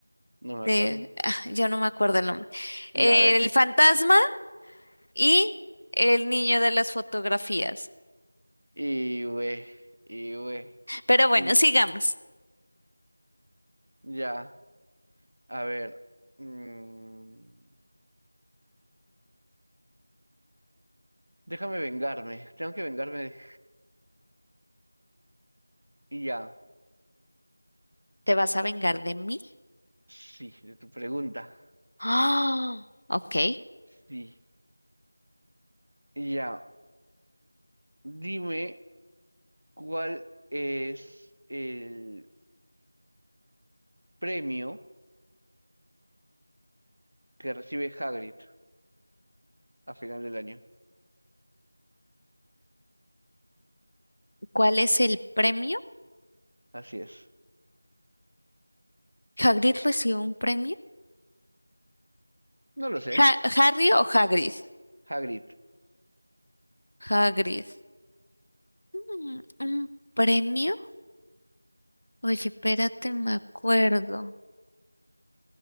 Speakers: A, on the right; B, on the left.
A: no me
B: De,
A: acuerdo.
B: ah, yo no me acuerdo el nombre. El
A: Ya ve. <laughs>
B: fantasma y el niño de las fotografías.
A: Y güey, y güey,
B: Pero bueno,
A: y
B: sigamos.
A: ya. A ver. mm, déjame vengarme. Tengo que vengarme. de- Y ya.
B: ¿Te vas a vengar de mí?
A: Sí, de tu pregunta.
B: Ah, ok.
A: Sí. Y ya. Dime cuál es el premio que recibe Hagrid a final del año.
B: ¿Cuál es el premio?
A: Así es.
B: ¿Hagrid recibió un premio?
A: No lo sé.
B: Ja- ¿Harry o Hagrid?
A: Hagrid.
B: Hagrid. Mm, ¿Un premio? Oye, espérate, me acuerdo.